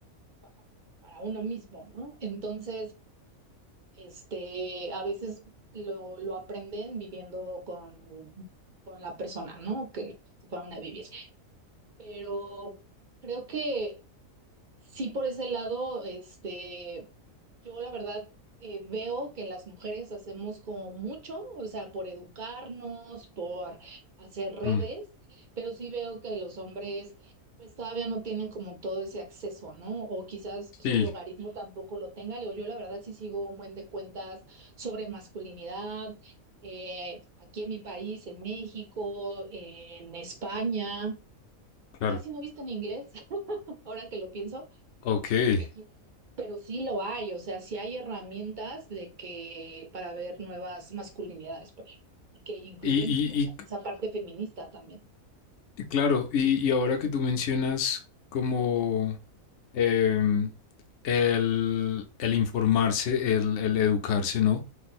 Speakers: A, on the right (about 45°); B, on the left (about 60°).
A: pa- para uno mismo, ¿no? Entonces, este, a veces lo, lo aprenden viviendo con, con la persona, ¿no? Que se van a vivir. Pero creo que Sí, por ese lado, este, yo la verdad eh, veo que las mujeres hacemos como mucho, o sea, por educarnos, por hacer redes,
B: Mm,
A: pero sí veo que los hombres pues todavía no tienen como todo ese acceso, ¿no? O quizás su
B: sí,
A: logaritmo tampoco lo tenga. Luego yo la verdad sí sigo un buen de cuentas sobre masculinidad, eh, aquí en mi país, en México, en España.
B: claro.
A: Casi no he visto en inglés, <laughs> ahora que lo pienso
B: Ok. ¿Y,
A: porque aquí- Pero sí lo hay, o sea, sí hay herramientas de que para ver nuevas masculinidades, por ejemplo, y que incluyen,
B: y,
A: o sea,
B: y
A: esa parte feminista también,
B: Claro, y, y ahora que tú mencionas como em, el, el informarse, el, el educarse, ¿no?